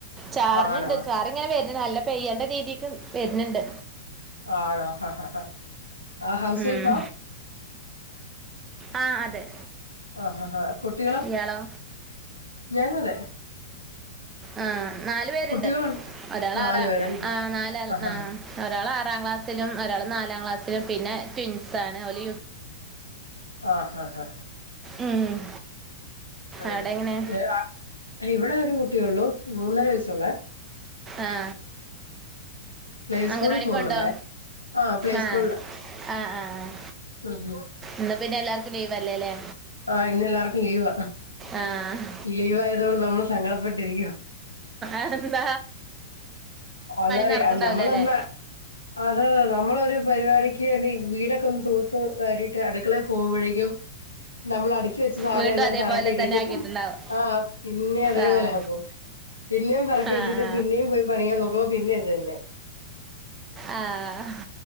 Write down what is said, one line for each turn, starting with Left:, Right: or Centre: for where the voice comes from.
Right: ചാർണ്ട്,
Left: ആണോ
Right: ച്ചാ നല്ല, പെയ്യേണ്ട, രീതിക്ക്, വരുന്നുണ്ട്.
Left: ആണോ, ഹ, ഹാ, ഹാ, ആ, ഹൗസ്,
Right: ഉം
Left: വൈഫ.
Right: ആ, അതെ.
Left: ആഹാ, ഹാ, കുട്ടികള,
Right: ഇയാളോ
Left: ഞാനും, അതെ.
Right: ആ, നാല്, പേരുണ്ട്.
Left: കുട്ടികളോ
Right: ഒരാൾ, <unintelligible>
Left: നാലു പേരല്ലേ ആഹ് ആഹ്
Right: ആറാം ക്ലാസിലും, ഒരാൾ നാലാം ക്ലാസ്സിലിം, പിന്നെ ട്വിൻ ൻസാണ്, ഓൽ
Left: ആഹ, ഹാ, ഹാ.
Right: ഉം.
Left: ആ.
Right: അവടെങ്ങനെ
Left: അ, ഇവിടെ, ഒരു കുട്ടിയള്ളൂ, മൂന്നര, വയസുള്ള.
Right: ആഹ,
Left: പ്ലേ
Right: അംഗനവാടിപ്പൊണ്ടോ.
Left: സ്കൂളിൽ പോകുന്നുണ്ടേ ആഹ് പ്ലേ
Right: ആഹ,
Left: സ്കൂളില്
Right: ആഹ, ആഹ, ആ
Left: ഉം
Right: ന്നാ പിന്നെല്ലാ വല്ലേ, ലെ.
Left: ആഹ, ഇന്നെല്ലാവർക്കും, ലീവ,
Right: ആഹ്
Left: ലീവയതണ്ട്, നമ്മള്, സങ്കടപ്പെട്ടിരിക്കുവവാ.
Right: ആന്ത.
Left: അ,
Right: നടക്കണ്ടാവൂല
Left: നമ്മളന്നാ
Right: അല്ലേ
Left: അതെ, അതെ, നമ്മളൊരു, പരിപാടിക്ക് ന്നെ, വീടൊക്കെ, ഒന്ന് തൂത്തു വാരീട്ട്, അടുക്കളെ പോകുമ്പോഴേക്കും, നമ്മൾ അ വെച്ച, സാധനം,
Right: വീണ്ടും
Left: എല്ലാം,
Right: അതേപോലെ
Left: പറക്കിട്ടട്ട്,
Right: തന്നെ ആക്കിയിട്ടുണ്ടാവും
Left: അ, പിന്നേം, അതേപോലെ
Right: ആഹ്
Left: പിന്നെയും, പെറക്കി
Right: ആഹ്
Left: വെച്ചിട്ട്, പിന്നേം പോയി, പണിയ്യാൻ, നോക്കുമ്പോ, പിന്നേം ഇത് തന്നെ.
Right: ആഹ.